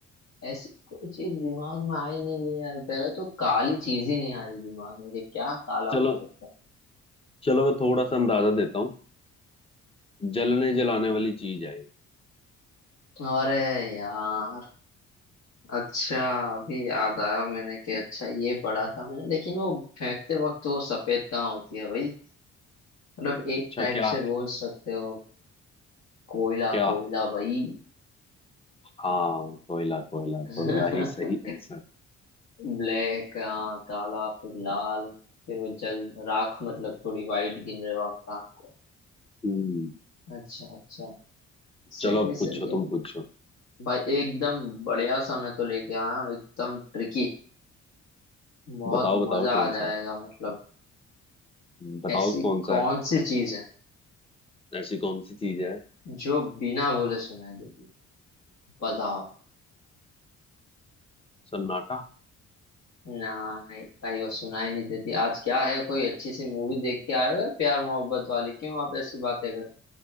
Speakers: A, on the left; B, on the left.
A: ऐसी कोई चीज दिमाग में आई नहीं है यार पहले तो काली चीज ही नहीं आ रही दिमाग में कि क्या काला
B: चलो
A: हो सकता
B: चलो मैं थोड़ा सा अंदाजा देता हूँ जलने जलाने वाली चीज है ये।
A: है अरे यार अच्छा अभी याद आया मैंने कि अच्छा ये पढ़ा था मैंने लेकिन वो फेंकते वक्त वो सफेद कहाँ होती है भाई मतलब एक
B: अच्छा
A: टाइप
B: क्या
A: से बोल
B: है
A: सकते हो कोयला
B: क्या
A: कोयला भाई
B: हाँ कोयला कोयला
A: <laughs>
B: कोयला ही सही आंसर है।
A: ब्लैक हाँ काला फिर लाल फिर वो जल राख मतलब थोड़ी वाइट गिन रहे हो आप राख को
B: हम्म
A: अच्छा अच्छा सही
B: चलो अब
A: है
B: पूछो
A: सही
B: तुम
A: है
B: पूछो
A: भाई एकदम बढ़िया सा मैं तो लेके आया हूँ एकदम ट्रिकी बहुत
B: बताओ बताओ
A: मजा
B: कौन
A: आ
B: सा
A: जाएगा
B: है
A: मतलब
B: हम्म, बताओ
A: ऐसी
B: कौन सा
A: कौन
B: है
A: सी चीज है
B: ऐसी कौन सी चीज है
A: जो बिना बोले सुनाई देती बताओ
B: सन्नाटा
A: ना भाई वो सुनाई नहीं देती आज क्या है कोई अच्छी सी मूवी देख के आए हो या प्यार मोहब्बत वाली क्यों आप ऐसी बातें कर रहे हो?